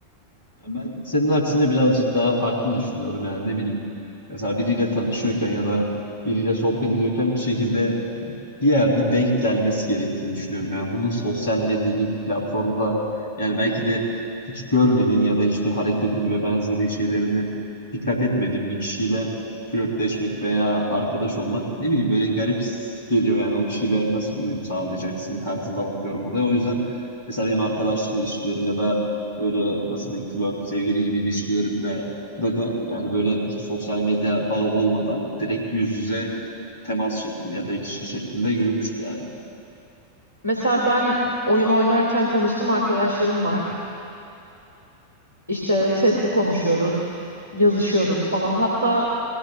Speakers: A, on the left; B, on the left.
A: Ya Ben senin aksine birazcık daha farklı düşünüyorum yani ne bileyim. Mesela biriyle tanışıyorken ya da biriyle sohbet ediyorken bir şekilde bir yerde denk gelmesi gerektiğini düşünüyorum. Yani bunun sosyal medya gibi bir platformda yani belki de hiç görmediğin ya da hiçbir hareketini ve benzeri şeylerini dikkat etmediğin bir kişiyle flörtleşmek veya arkadaş olmak ne bileyim böyle garip geliyor yani o kişiyle nasıl uyum sağlayacaksın tarzında bakıyorum olaya. O yüzden mesela benim arkadaşlık ilişkilerim ya da böyle nasıl diyeyim flört, sevgili gibi ilişkilerimde de de yani böyle hiç sosyal medya bağı olmadan direkt yüz yüze temas şeklinde ya da ilişki şeklinde yürümüştü yani.
B: Mesela ben oyun oynarken tanıştığım arkadaşlarım var. İşte sesli konuşuyoruz, yazışıyoruz falan. Hatta